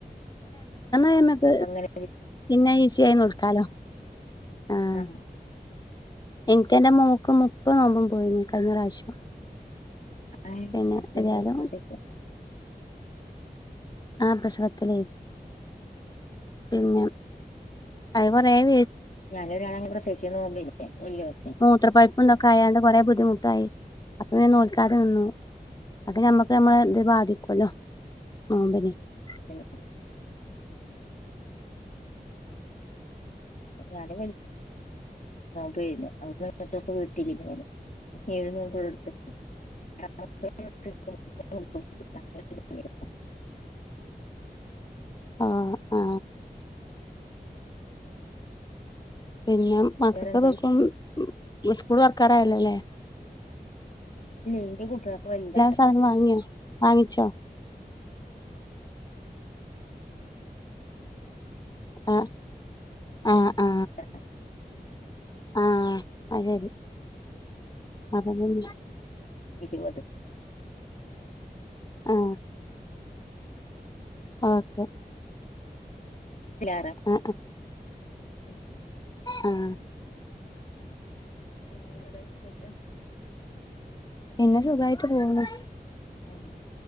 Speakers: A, on the left; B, on the left.
A: ആയമ്മക്ക്
B: ങ്ങന
A: പിന്നെ ഈസി ആയി നോൽക്കാലോ ആഹ്
B: ആഹ <unintelligible>
A: എനിക്ക് എന്റെ മൂക്ക് മുപ്പ് നോമ്പും പോയി നീ കഴിഞ്ഞ പ്രാവശ്യം
B: ആ
A: പിന്നെ
B: അതി
A: ഏതായാലും
B: പ്രസവിച്ചോ
A: ആ <unintelligible> <unintelligible> പിന്നെ ആയി പറയാൻ
B: ഞാനേ <unintelligible>
A: <unintelligible> എന്തൊക്കെ <unintelligible> കൊറെ ബുദ്ധിമുട്ടായി <unintelligible>
B: <unintelligible> ഞാന് <unintelligible> <inaudible>
A: ആ ആ പിന്നെ മക്കക്ക്
B: വേറെന്താ
A: തോക്കും
B: വിശേഷം?
A: ഉം ന്നു സ്കൂൾ തുറക്കാറായല്ലല്ലേ
B: <unintelligible> <unintelligible> വലുതാ
A: സാധനവും വാങ്ങിയോ വാങ്ങിച്ചോ ആ ആ ആ
B: <unintelligible> <unintelligible> <unintelligible>
A: ആ അത് ശരി അപ്പൊ പിന്നെ
B: ഇരുപത് <unintelligible> <unintelligible> <unintelligible> <unintelligible>
A: ആ ഓക്കെ
B: <unintelligible>
A: ആ
B: <unintelligible> ഉം
A: അഹ്
B: പിന്നെ <unintelligible> വിശേഷം
A: പിന്നെ സുഖായിട്ട് പോകുന്നു
B: ഉം